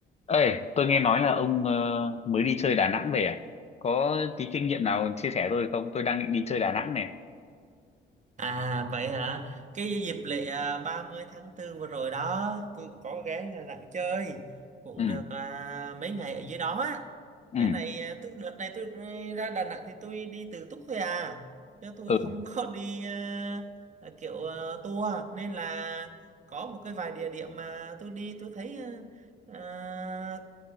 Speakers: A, on the left; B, on the right.
A: Ê, tôi nghe nói là ông ờ, mới đi chơi Đà Nẵng về à? Có tí kinh nghiệm nào chia sẻ tôi không? Tôi đang định đi chơi Đà Nẵng này.
B: À vậy hả? Cái dịp lễ à, 30 tháng 4 vừa rồi đó, tôi cũng có ghé Đà Nẵng chơi, cũng
A: Ừ,
B: được à, mấy ngày ở dưới đó á.
A: ừ,
B: Cái này à, tự- đợt này tôi ra Đà Nẵng thì tôi đi tự túc thôi à, chứ tôi
A: ừ,
B: không có đi à, à, kiểu à, tour nên là có một cái vài địa điểm mà tôi đi tôi thấy à, à,